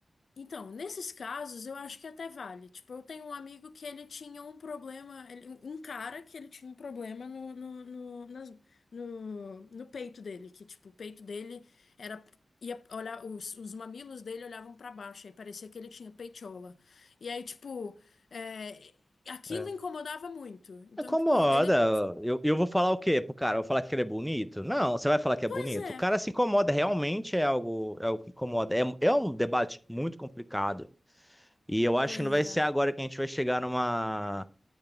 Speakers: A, on the left; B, in the centre.
A: Então, nesses casos, eu acho que até vale. Tipo, eu tenho um amigo que ele tinha um problema, ele- um um cara que ele tinha um problema no, no, no, nas- no, no peito dele, que, tipo, o peito dele era. Ia olhar, os, os mamilos dele olhavam pra baixo, aí parecia que ele tinha peitiola. E aí, tipo, é, aquilo
B: É.
A: incomodava muito. Então,
B: Incomoda.
A: tipo, ele.
B: Eu, eu vou falar o quê pro cara? Eu vou falar que ele é bonito? Não, você vai falar que é
A: Pois
B: bonito. O
A: é,
B: cara se incomoda, realmente é algo, é algo que incomoda. É, é um debate muito complicado. E eu acho
A: pois
B: que não vai
A: é.
B: ser agora que a gente vai chegar numa,